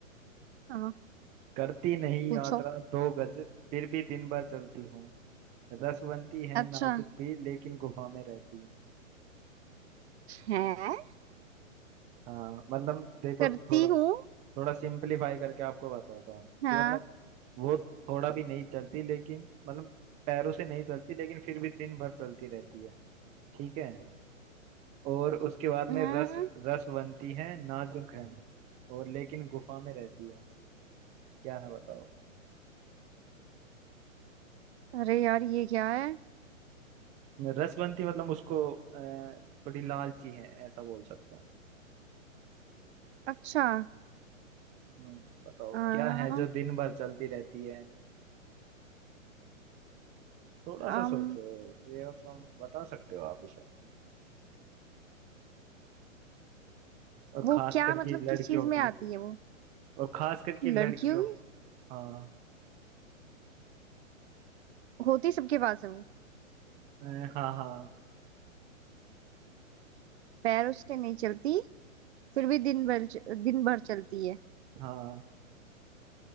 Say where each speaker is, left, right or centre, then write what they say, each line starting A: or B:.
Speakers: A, on the right; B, on the right.
A: हाँ
B: करती नहीं
A: पूछो
B: यात्रा दो गज फिर भी दिन भर चलती हूँ रस बनती है
A: अच्छा
B: नाजुक भी लेकिन गुफा में रहती है
A: है
B: हाँ मतलब देखो
A: करती
B: थोड़ा
A: हूँ
B: थोड़ा सिंपलीफाई करके आपको बताता हूँ
A: हाँ
B: कि मतलब वो थोड़ा भी नहीं चलती लेकिन मतलब पैरों से नहीं चलती लेकिन फिर भी दिन भर चलती रहती है ठीक है और उसके बाद
A: हम्म,
B: में रस रस बनती है नाजुक है और लेकिन गुफा में रहती है क्या है बताओ
A: अरे यार ये क्या है
B: रसवंती मतलब उसको अ, थोड़ी लालची है ऐसा बोल सकते हैं
A: अच्छा
B: हम्म, बताओ
A: आ,
B: क्या है जो दिन भर चलती रहती है थोड़ा सा
A: अम,
B: सोचो ये मतलब बता सकते हो आप इसे और
A: वो
B: खास
A: क्या
B: करके
A: मतलब
B: लड़कियों
A: किस चीज में
B: की
A: आती है वो
B: और खास करके लड़कियों
A: लड़कियों की
B: हाँ
A: होती सबके पास है वो
B: अ, हाँ हाँ
A: पैरों से नहीं चलती फिर भी दिन भर दिन भर चलती है
B: हाँ